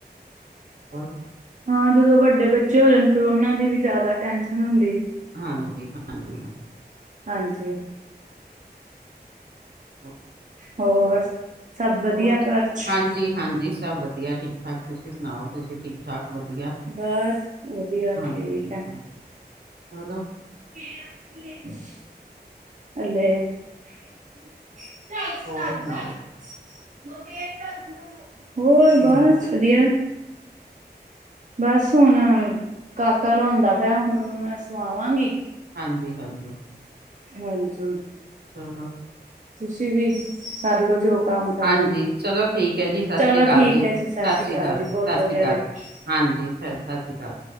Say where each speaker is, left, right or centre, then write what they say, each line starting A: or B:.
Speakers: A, on the right (about 65°); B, on the right (about 45°).
A: ਹੋ
B: ਹਾਂ ਜਦੋਂ ਵੱਡੇ ਬੱਚੇ ਹੋ ਜਾਣ, ਫਿਰ ਉਹਨਾਂ ਦੀ ਵੀ ਜਾਦਾ ਟੈਨਸ਼ਨ ਹੁੰਦੀ ਏ।
A: ਹਾਂਜੀ-ਹਾਂਜੀ।
B: ਹਾਂਜੀ।
A: <inaudible> ਹਾਂ
B: ਹੋਰ? ਸਭ ਵਧੀਆ
A: ਹੋ
B: ਘਰ ਚ
A: ਹਾਂਜੀ-ਹਾਂਜੀ ਸਭ ਵਧੀਆ ਠੀਕ-ਠਾਕ ਤੁਸੀਂ ਸੁਣਾਓ, ਤੁਸੀਂ ਠੀਕ ਠਾਕ ਵਧੀਆ?
B: ਬਸ, ਵਧੀਆ
A: ਹਾਂਜੀ,
B: ਠੀਕ ਐ।
A: ਹਾਂਜੀ। ਚਲੋ
B: <inaudible> ਹੱਲੇ। <inaudible>
A: ਹੋਰ ਸੁਣਾਓ
B: ਹੋਰ,
A: ਕਿਵੇਂ
B: ਬਸ ਵਧੀਆ। ਬਸ ਹੁਣ ਅ, ਕਾਕਾ ਰੋਂਦਾ ਪਿਆ ਹੁਣ ਉਹਨੂੰ ਮੈਂ ਸਵਾਵਾਂਗੀ।
A: ਹਾਂਜੀ-ਹਾਂਜੀ।
B: ਹਾਂਜੁ
A: <inaudible> ਚਲੋ
B: ਤੁਸੀ ਵੀ। ਕਰਲੋ ਜੋ ਕੰਮ ਕਰਨਾ
A: ਹਾਂਜੀ, ਚਲੋ ਠੀਕ ਐ ਜੀ ਸਾਸਰੀ
B: ਚਲੋ
A: ਕਾਲ
B: ਠੀਕ
A: ਜੀ ਸਾਸਰੀ
B: ਹੈ ਸਤਿ ਸ੍ਰੀ ਅਕਾਲ
A: ਕਾਲ-ਸਾਸਰੀ
B: ਜੀ ਬਹੁਤ ਵਧੀਆ
A: ਕਾਲ।
B: ਲੱਗਿਆ
A: ਹਾਂਜੀ ਫੇਰ ਸਤਸ਼੍ਰੀਅਕਾਲ।